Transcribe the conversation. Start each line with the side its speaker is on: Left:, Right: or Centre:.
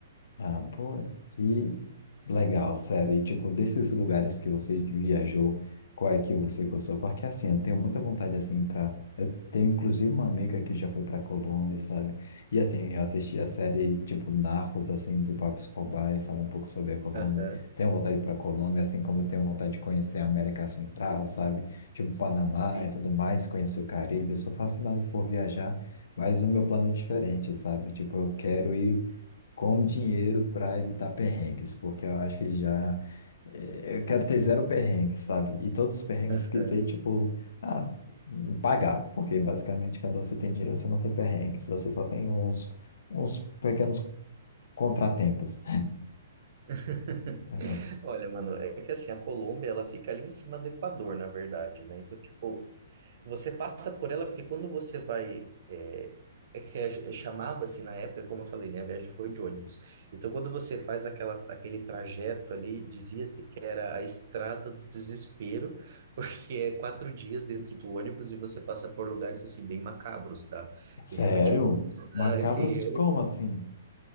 Left: Ah, pô, que legal, sério. E, tipo, desses lugares que você viajou, qual é que você gostou? Porque, assim, eu tenho muita vontade, assim, pra... Eu tenho, inclusive, uma amiga que já foi pra Colômbia, sabe? E, assim, eu assisti a série, tipo, Narcos, assim, do Pablo Escobar e falar um pouco sobre a Colômbia.
Right: Aham.
Left: Tenho vontade pra Colômbia, assim como eu tenho vontade de conhecer a América Central, sabe? Tipo, Panamá
Right: Sim.
Left: e tudo mais, conhecer o Caribe. Eu sou fascinado por viajar, mas o meu plano é diferente, sabe? Tipo, eu quero ir com dinheiro para evitar perrengues, porque eu acho que já. eh, Eu quero ter zero perrengues, sabe? E todos os perrengues
Right: Aham.
Left: que tem, tipo, ah, hum, pagar, porque basicamente quando você tem dinheiro você não tem perrengues, você só tem uns, uns pequenos contratempos.
Right: <laughs>
Left: Ela,
Right: Olha, mano, é que assim, a Colômbia, ela fica ali em cima do Equador, na verdade, né? Então, tipo, você passa por ela porque quando você vai. É, é que a gen- chamava-se na época, como eu falei, né? A viagem foi de ônibus. Então, quando você faz aquela, aquele trajeto ali, dizia-se que era a estrada do desespero, <laughs> porque é quatro dias dentro do ônibus e você passa por lugares, assim, bem macabros, tá?
Left: Sério?
Right: E realmente, quando. <laughs>
Left: Macabros
Right: Assim,
Left: como assim?